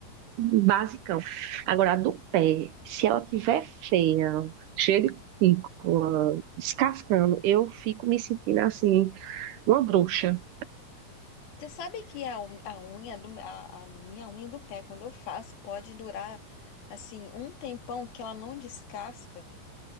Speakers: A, on the right (about 70°); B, on the left (about 85°).
A: basicão. Agora, a do pé, se ela tiver feia, cheia de cutícula, descascando, eu fico me sentindo assim, uma bruxa.
B: Você sabe que a, u- a unha do, a, a minha unha do pé, quando eu faço, pode durar assim um tempão que ela não descasca.